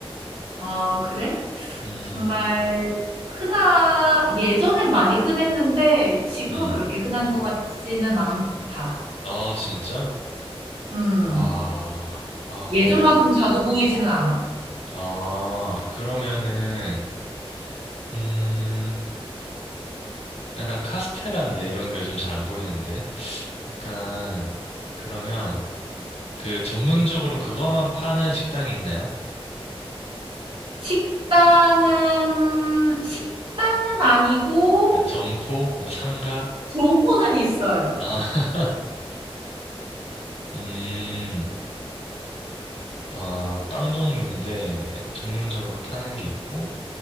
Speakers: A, on the right (about 60°); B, on the left (about 80°).
A: 어, 그래?
B: 음,
A: 정말 흔하, 예전엔 많이 흔했는데, 지금은
B: 음.
A: 그렇게 흔한 것 같지는 않다.
B: 아, 진짜?
A: 음.
B: 와, 아, 한번
A: 예전만큼
B: 내가.
A: 자주 보이지는 않아.
B: 아, 그러면은, 음, 약간 카스테라인데 이런 게 요즘 잘 안 보이는데 약간 그러면 그 전문적으로 그거만 파는 식당이 있나요?
A: 식당은, 식당은 아니고,
B: 그러니까 점포, 뭐 상가,
A: 점포는 있어요.
B: 아, <laughs> 음, 어, 빵 종류인데 전문적으로 파는 게 있고